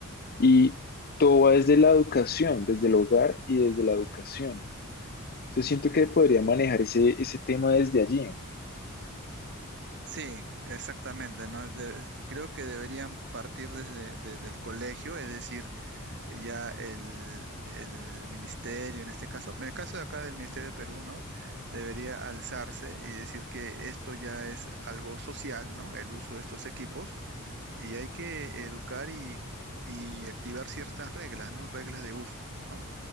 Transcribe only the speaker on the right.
Sí, exactamente, ¿no? De- creo que deberían partir desde, desde el colegio, es decir, eh, ya el, el ministerio, en este caso, en el caso de acá del Ministerio de Perú, ¿no? Debería alzarse y decir que esto ya es algo social, ¿no? El uso de estos equipos y hay que educar y, y activar ciertas reglas, ¿no? Reglas de uso, ¿no?